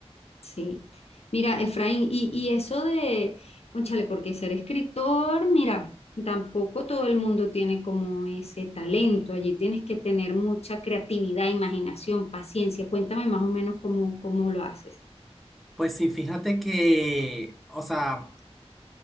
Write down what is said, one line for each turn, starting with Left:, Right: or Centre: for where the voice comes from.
Left: Sí. Mira, Efraín, y, y eso de, cónchale, porque ser escritor, mira, tampoco todo el mundo tiene como ese talento. Allí tienes que tener mucha creatividad, imaginación, paciencia. Cuéntame más o menos cómo, cómo lo haces.
Centre: Pues sí, fíjate que, o sea,